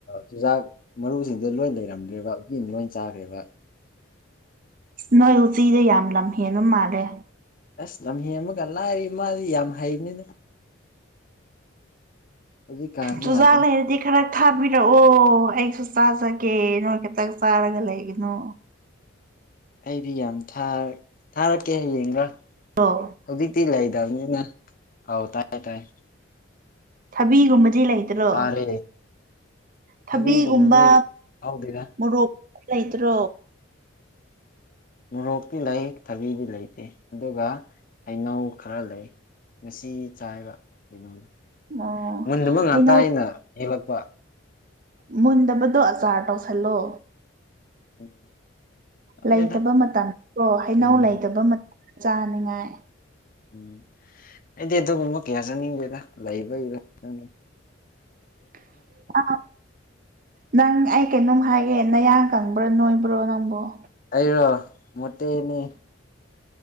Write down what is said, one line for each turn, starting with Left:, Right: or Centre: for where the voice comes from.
Left: ꯆꯨꯖꯥꯛ ꯃꯔꯨꯁꯤꯡꯗ ꯂꯣꯏ ꯂꯩꯔꯝꯗ꯭ꯔꯦꯕ ꯂꯣꯏ ꯆꯥꯈ꯭ꯔꯦꯕ
Right: ꯅꯣꯏ ꯎꯆꯤꯗ ꯌꯥꯝ ꯂꯝ ꯍꯦꯟꯕ ꯃꯥꯜꯂꯦ
Left: ꯑꯁ ꯂꯝꯍꯤ ꯑꯃꯒ ꯂꯥꯏꯔꯤ ꯃꯥꯗꯤ ꯌꯥꯝ ꯍꯩꯅꯤꯅ ꯍꯧꯖꯤꯛꯀꯥꯟꯗꯤ
Right: ꯆꯨꯖꯥꯛ
Left: ꯌꯥꯗ꯭ꯔꯦ
Right: ꯂꯩꯔꯗꯤ ꯈꯔ ꯊꯥꯕꯤꯔꯛꯑꯣ ꯑꯩ ꯁꯨ ꯆꯥꯖꯒꯦ ꯅꯣꯏ ꯈꯤꯇꯪ ꯆꯥꯔꯒ ꯂꯩꯒꯅꯣ
Left: ꯑꯩꯗꯤ ꯌꯥꯝ ꯊꯥꯔꯛꯀꯦ ꯍꯌꯦꯡꯒ
Right: ꯑꯣ
Left: ꯍꯧꯖꯤꯛꯇꯤ ꯂꯩꯗꯕꯅꯤꯅ ꯑꯥꯎ ꯇꯥꯏ ꯇꯥꯏ
Right: ꯊꯕꯤꯒꯨꯝꯕ ꯁꯤꯖꯤ ꯂꯩꯇ꯭ꯔꯣ
Left: ꯇꯥꯔꯦ
Right: ꯊꯕꯤꯒꯨꯝꯕ
Left: ꯊꯕꯤꯒꯨꯝꯕꯗꯤ ꯍꯧꯗꯦꯗ
Right: ꯃꯣꯔꯣꯛ ꯂꯩꯇ꯭ꯔꯣ
Left: ꯃꯣꯔꯣꯛꯇꯤ ꯂꯩ ꯊꯕꯤꯗꯤ ꯂꯩꯇꯦ ꯑꯗꯨꯒ ꯍꯩꯅꯧ ꯈꯔ ꯂꯩ ꯉꯁꯤ ꯆꯥꯏꯕ ꯀꯩꯅꯣꯅ
Right: ꯑꯣ
Left: ꯃꯨꯟꯗꯨꯃ ꯉꯥꯛꯇ
Right: ꯍꯩꯅꯧ
Left: ꯑꯅ ꯍꯦꯜꯂꯛꯄ
Right: ꯃꯨꯟꯗꯕꯗꯣ ꯑꯆꯥꯔ ꯇꯧꯁꯜꯂꯣ
Left: ꯎꯝ ꯈꯪꯗꯦꯗ
Right: ꯂꯩꯇꯕ ꯃꯇꯝꯣ ꯍꯩꯅꯧ
Left: ꯎꯝ
Right: ꯂꯩꯇꯕ ꯃꯇꯝ ꯆꯥꯅꯤꯡꯉꯥꯏ
Left: ꯎꯝ ꯑꯩꯗꯤ ꯑꯗꯨꯒꯨꯝꯕ ꯀꯌꯥ ꯆꯠꯅꯤꯡꯒꯦꯗ ꯂꯩꯕꯩꯕꯪ
Right: <inaudible> ꯑ ꯅꯪ ꯑꯩ ꯀꯩꯅꯣꯝ ꯍꯥꯏꯒꯦ ꯅꯌꯥ ꯀꯪꯕ꯭ꯔꯣ ꯅꯣꯏꯕ꯭ꯔꯣ ꯅꯪꯕꯨꯣ
Left: ꯑꯩꯔꯣ ꯃꯣꯠꯇꯦꯅꯤ